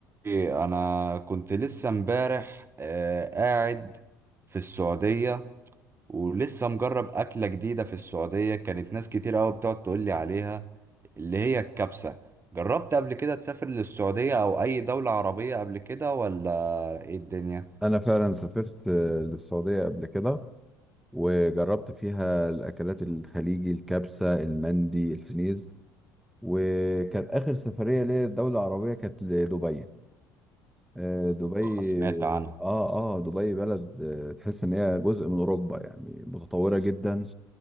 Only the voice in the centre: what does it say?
انا فعلا سافرت آه، للسعوديه قبل كده وجربت فيها الاكلات الخليجي الكبسه المندي الحنيذ وكانت اخر سفريه ليا دوله عربيه كانت لدبي آه، دبي
اه اه دبي بلد آه، تحس ان هي جزء من اوروبا يعني متطوره جدا